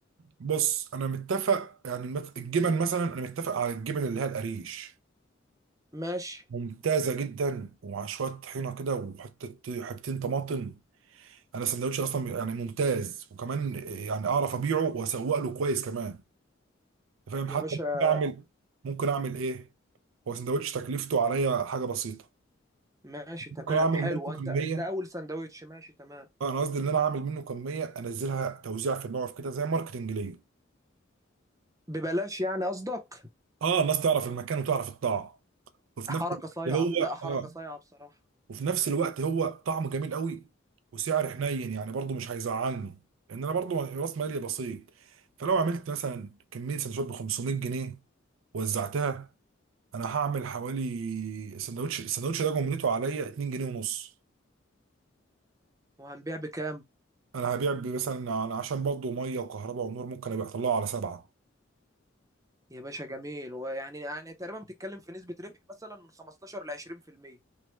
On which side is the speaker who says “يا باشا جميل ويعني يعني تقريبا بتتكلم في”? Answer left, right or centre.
Right